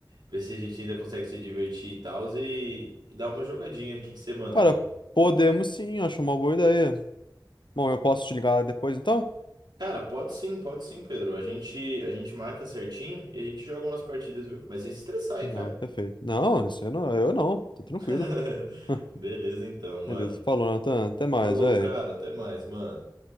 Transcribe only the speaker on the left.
Cara,
podemos sim, acho uma boa ideia. Bom, eu posso te ligar depois, então?
Não,
perfeito. Não, isso eu não, eu não, tô tranquilo.
<laughs>
Beleza, falou, Nathan. Até mais,
velho.